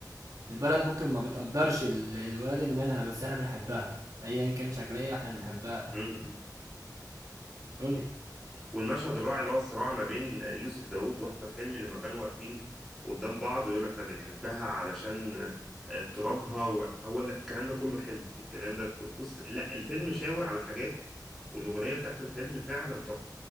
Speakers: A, on the right; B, in the centre.
A: البلد ممكن ما بتقدرش ال- الولاد اللي منها بس احنا بنحبها ايا كان شكلها ايه احنا
B: مم.
A: بنحبها
B: مم.
A: قولي
B: والمشهد الرائع اللي هو الصراع ما بين يوسف داوود واحمد حلمي لما كانوا واقفين قدام بعض ويقول احنا بنحبها علشان آه، ترابها و- هو ال- الكلام ده كله حلو الكلام ده بص لا الفيلم شاور على حاجات والاغنيه بتاعت الفيلم فعلا تحفه